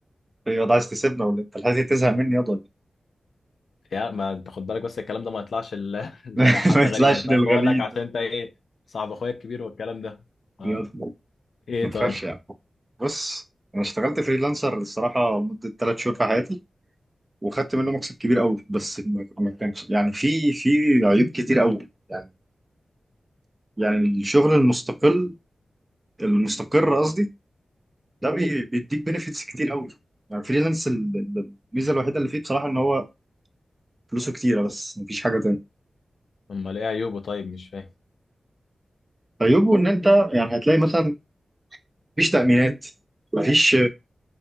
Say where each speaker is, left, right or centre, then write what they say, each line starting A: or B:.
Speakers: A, on the right; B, on the left.
A: يا ده عايز تسيبنا ولا إيه؟ انت لحد تزهق مني يا ده
B: يعني ما انت خد بالك بس الكلام ده ما يطلعش ل- <laughs> لحد
A: <laughs> ما يطلعش
B: غريب انا فاهم
A: للغليل
B: بقول لك عشان انت ايه صاحب اخويا الكبير والكلام ده
A: ده
B: آه. ايه
A: ما تخافش
B: طيب
A: يعني بص انا اشتغلت فريلانسر الصراحه لمده ثلاث شهور في حياتي وخدت منه مكسب كبير قوي بس ما ما كانش يعني في في عيوب كتير قوي يعني يعني الشغل المستقل المستقر قصدي ده بي- بيديك بنفيتس كتير قوي يعني فريلانس ال- ال- الميزه الوحيده اللي فيه بصراحه ان هو فلوسه كتيره بس مفيش حاجه تانية
B: امال ايه عيوبه طيب مش فاهم
A: عيوبه ان انت يعني هتلاقي مثلا مفيش تامينات مفيش